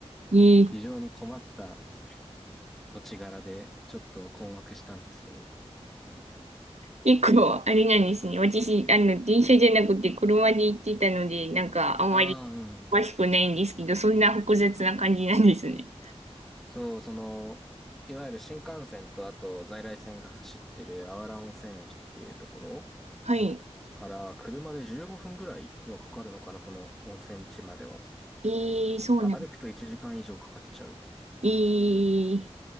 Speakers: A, on the right; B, in the centre.
A: い、いい
B: 非常に困った土地柄で、ちょっと困惑したんですけど。
A: 結構、あれなんですね。私、あの、電車じゃなくて車で行ってたので、なんか、あまり詳しくないんですけど、
B: ああ、うん。
A: そんな複雑な感じなんですね。
B: そう、その、いわゆる新幹線とあと在来線が走ってるあわら温泉駅っていうところ
A: はい。
B: から車で15分ぐらいはかかるのかな、その温泉地までは。
A: えー、そうなん、
B: だから歩くと1時間以上かかっちゃう。
A: えー、